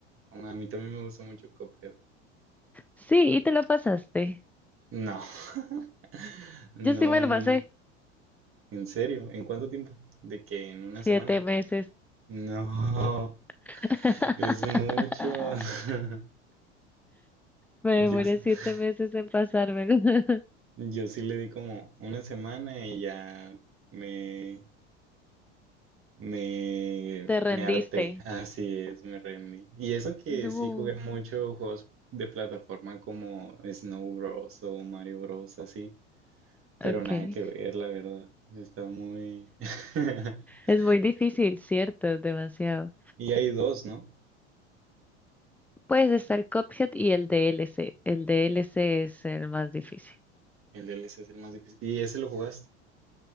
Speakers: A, on the right; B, in the centre.
A: Aún A mí también me gusta mucho Cuphead.
B: Sí, y te lo pasaste.
A: No, <laughs> no,
B: Yo sí me lo
A: no,
B: pasé
A: no. En serio, ¿en cuánto tiempo? De que en una
B: siete
A: semana.
B: meses.
A: No,
B: <laughs>
A: es mucho. <laughs>
B: Me demoré
A: Yo, s-
B: siete
A: <laughs>
B: meses en pasármelo. <laughs>
A: yo sí le di como una semana y ya me, me,
B: Te rendiste.
A: me harté. Así es, me rendí. Y eso que
B: No.
A: sí jugué mucho juegos de plataforma como Snow Bros. o Mario Bros. así. Pero
B: Okay.
A: nada que ver, la verdad. Está muy... <laughs>
B: Es muy difícil, ¿cierto? Demasiado.
A: Y hay dos, ¿no?
B: Pues está el Cuphead y el DLC. El DLC es el más difícil.
A: El DLC es el más difícil. Y ese lo jugaste.